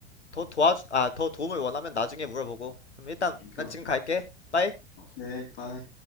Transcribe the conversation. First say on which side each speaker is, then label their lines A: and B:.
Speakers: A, on the left (about 85°); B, on the left (about 65°).
A: 더 도와주, 아, 더 도움을 원하면 나중에 물어보고. 그럼 일단
B: 오케이,
A: 난
B: 오케이.
A: 지금 갈게. 빠이.
B: 오케이, 바이.